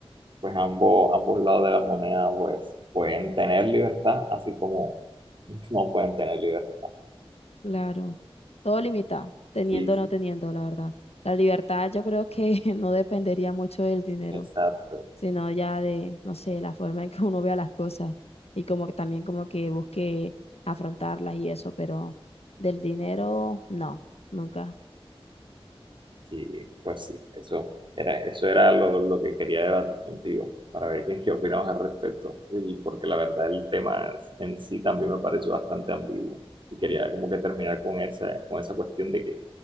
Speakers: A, on the right; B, on the left.
A: pues ambos, ambos lados de la moneda pues pueden tener libertad, así como <laughs> no pueden tener libertad.
B: Claro, todo limita, teniendo
A: Sí,
B: o no
A: sí,
B: teniendo, la verdad. La libertad yo creo que <laughs> no dependería mucho del dinero,
A: exacto.
B: sino ya de, no sé, la forma en que uno vea las cosas y como que también como que busque afrontarlas y eso, pero del dinero, no, nunca.
A: Y pues sí, eso era, eso era lo, lo que quería debatir contigo, para ver qué, qué opinamos al respecto. Y porque la verdad el tema en sí también me pareció bastante ambiguo. Y quería como que terminar con esa, con esa cuestión de que